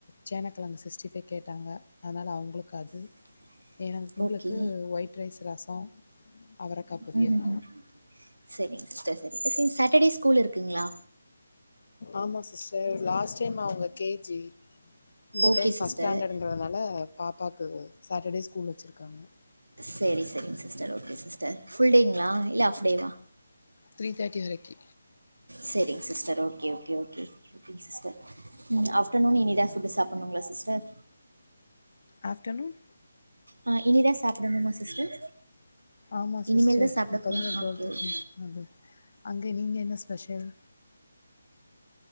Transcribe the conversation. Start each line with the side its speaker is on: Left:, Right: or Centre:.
Left: சேனக்கிழங்கு சிக்ஸ்ட்டி ஃபைவ் கேட்டாங்க அதனால அவுங்களுக்கு அது
Right: <inaudible>
Left: ஏனா எங்களுக்கு
Right: ஓகே
Left: ஒயிட் ரைஸ் ரசம் அவரக்கா பொரியல்
Right: ம் ம் ம் சரிங்க சிஸ்டர் சரி சரி சேட்டர்டே ஸ்கூல் இருக்குங்குளா
Left: ஆமா சிஸ்டர் லாஸ்ட் டைம் அவுங்க கேஜி இந்த
Right: ஓகே
Left: டைம் ஃபர்ஸ்ட்
Right: சிஸ்டர்
Left: ஸ்டாண்டர்டுங்கிறதுனால பாப்பாவுக்கு சாட்டர்டே ஸ்கூல் வச்சுருக்காங்க
Right: சரி சரிங்க சிஸர் ஓகே சிஸ்டர் புல் டேங்களா இல்ல ஹாடே வா
Left: த்ரி தேர்டி வரைக்கி
Right: சரிங்க sister okay okay okay sister ம் ஆப்டர்னு இனி தா செஞ்சு சாப்புடுனுங்களா சிஸ்டர்
Left: ஆஃப்டர்னுன்
Right: ஆ இனி தா சாப்பிடணுமா சிஸ்டர்
Left: ஆமாம் சிஸ்டர்
Right: இனிமேல் தான் சாப்பிட
Left: இப்ப
Right: போகணும்
Left: தா டுவெல்த்துக்கு
Right: ஓகே ஓகே
Left: அது அங்க நீங்க என்ன ஸ்பெஷல்